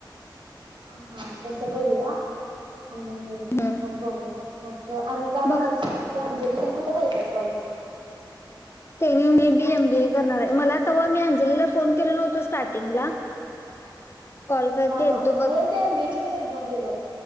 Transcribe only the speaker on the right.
हा तसं करूया. आणि
मग बघू मग आणि काय म्हणाल
ते सााती अंजली त्यां कुठे बहितात. कॉलेज.
हा
हा
हो ते एमबीए पण एक्झाम दिल्यात.